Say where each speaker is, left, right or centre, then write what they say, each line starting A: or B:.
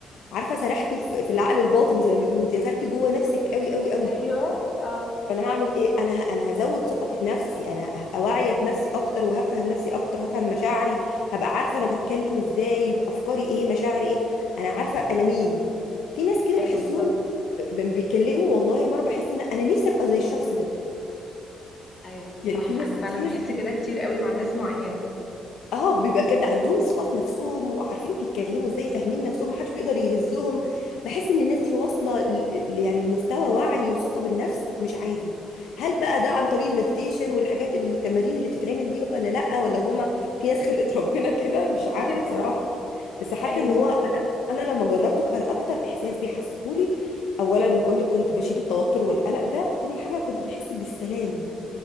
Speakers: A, on the left (about 80°); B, on the left (about 45°).
A: عارفه سرحتي في في العقل الباطن زي ما بيقولوا انت دخلتي جوه نفسك قوي قوي قوي
B: ايوه اه
A: فانا هعمل ايه انا ه... انا هزود ثقتي في نفسي انا هبقى واعيه بنفسي اكتر وهفهم نفسي اكتر هفهم مشاعري هبقى عارفه انا بتكلم ازاي يبقى افكاري ايه مشاعري ايه انا عارفه انا مين في ناس كده
B: ايوه
A: بحسهم
B: بالظبط
A: ب- بيتكلموا والله مره بحس ان انا نفسي ابقى زي الشخص ده
B: ايوه
A: يعني
B: صح
A: في ناس
B: انا فعلا
A: في
B: بحس
A: ناس
B: كده كتير قوي مع ناس معينه
A: اه بيبقى بجد عندهم ثقة في نفسهم وعارفين بيتكلموا ازاي فاهمين نفسهم محدش بيقدر يهزهم بحس ان الناس دي واصلة ل- ل- يعني لمستوى وعي وثقة بالنفس مش عادي هل بقى ده عن طريق المديتيشن والحاجات التمارين اللي بتتعمل دي ولا لأ ولا هما في ناس خلقت ربنا كده مش عارفة
B: <laughs>
A: بصراحة بس حاسة
B: ايوه
A: ان هو
B: فعلا
A: انا انا لما جربته كان اكتر احساس بيحسسهولي اولا بقول لك كنت بشيل التوتر والقلق ده تاني حاجة كنت بحس بالسلام